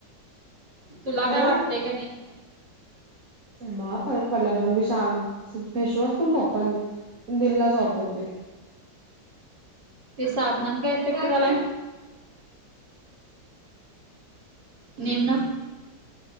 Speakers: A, on the right; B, on the right.
A: तुला
B: खरं
A: काय वाटतय का नाही.
B: म फरक पडला अस मी श फेशवॉश पण कपन दिल्लाच वापरतोय.
A: ते साबनान काय इफेक्ट झालाय. नेमना.